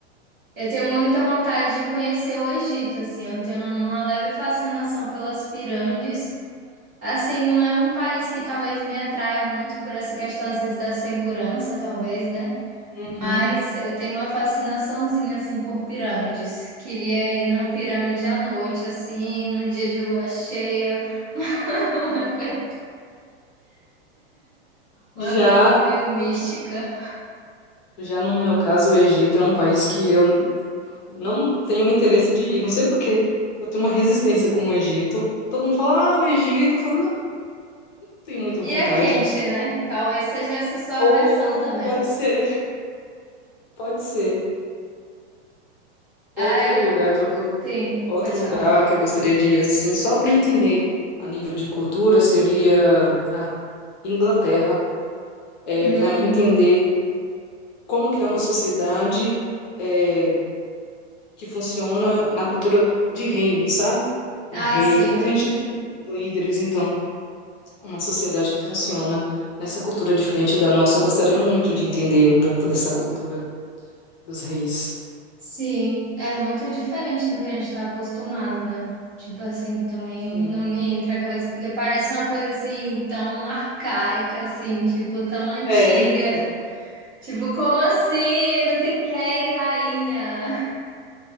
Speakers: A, on the right; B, on the left.
A: Eu tenho muita vontade de conhecer o Egito, assim, eu tenho uma leve fascinação pelas pirâmides. Assim, não é um país que talvez me atraia muito por essa questão, às vezes, da segurança, talvez, né?
B: Uhum.
A: Mas eu tenho uma fascinaçãozinha assim por pirâmides. Queria ir na pirâmide à noite, assim, num dia de lua cheia, <laughs> uma coisa,
B: Já,
A: uma coisa meio mística.
B: já no meu caso, o Egito é um país que eu não tenho interesse de ir, não sei por quê. Eu tenho uma resistência com o Egito. Todo mundo fala, ah, o Egito. Eu falo, não, não tenho muita
A: E
B: vontade.
A: é quente, né? Talvez seja essa sua
B: Ou
A: versão também.
B: pode ser, pode ser. Outro
A: Ah, eu...
B: lugar que eu
A: sim,
B: Outro
A: pode
B: lugar
A: falar.
B: que eu gostaria de ir, assim, só para entender a nível de cultura, seria a Inglaterra, é,
A: Hum.
B: para entender como que é uma sociedade é, que funciona na cultura de reino, sabe? Um
A: Ah,
B: rei,
A: sim.
B: porque a gente tem líderes, então, uma sociedade que funciona nessa cultura diferente da nossa. Eu gostaria muito de entender um pouco dessa cultura dos reis.
A: Sim, é muito diferente do que a gente está acostumado, né? Tipo assim, também
B: Sim.
A: não me entra a cabeça, porque parece uma coisa assim, tão arcaica, assim, tipo, tão antiga.
B: É,
A: Tipo, como assim? Ainda tem rei e rainha.